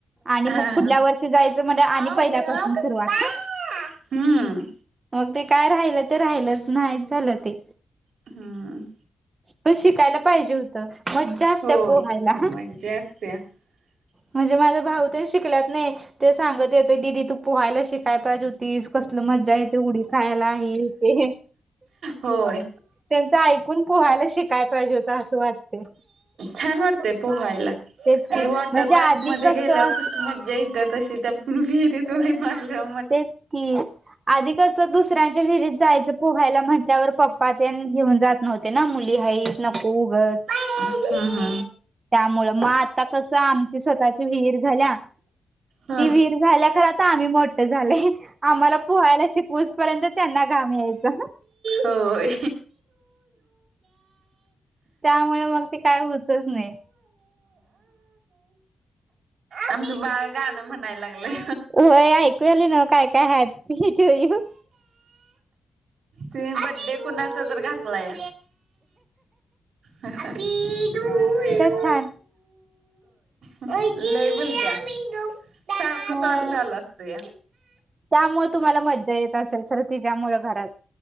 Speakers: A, on the right; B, on the right.
A: आणि
B: हा
A: मग पुढल्या वर्षी जायचं म्हटलं
B: वाव
A: आणि पहिल्यापासून
B: डॉग पप्पा.
A: सुरुवात.
B: हम्म!
A: मग ते काय राहिलं ते राहिलच नाहीच झालं ते!
B: हम्म!
A: पण शिकायला पाहिजे होतं मज्जा असते
B: होय
A: पोहायला
B: मज्जा
A: ह.
B: <inaudible>
A: म्हणजे माझा भाऊ ते शिकल्यात नाय ते सांगत येत दिदी तू पोहायला शिकायला पाहिजे होतीस. कसल मज्जा येते उडी खायला हे ते
B: होय.
A: त्यांच ऐकून पोहायला शिकाय पाहिजे होतता असं वाटते.
B: छान वाटतय पोहायला
A: तेच की
B: आणि वॉटर
A: म्हणजे
B: पार्क
A: आधी
B: मध्ये
A: कसं
B: गेल्यावर कशी मज्जा ये त्या तशी त्या विहिरीत उडी मारल्या.
A: तेच की आधी कस दुसऱ्यांच्या विहिरीत जायचं पोहायला म्हटल्यावर पप्पा तेन घेऊन जात नव्हते ना मुली हाईत नको उगच.
B: <unintelligible>
A: त्यामुळ मग आता कसं आमची स्वतःची विहीर झाल्या.
B: हा.
A: ती विहीर झाल्या खर आता आम्ही मोठ झाले आम्हाला पोहायला शिक ऊसपर्यंत त्यांना घाम यायचा.
B: होय.
A: त्यामुळे मग ते काय होतच नाही.
B: आमच बाळ गाण म्हणयला लागलय.
A: होय ऐकू यालय नव काय काय हैप्पी टूयू.
B: तुम्ही बड्डे कुणाचा तर घातलाय. Happy to you.
A: हां
B: लइ बोलत्या सारक
A: ह.
B: तोंड चालू असतया.
A: त्यामुळे तुम्हाला मज्जा येत असेल खरं तिच्यामुळ घरात.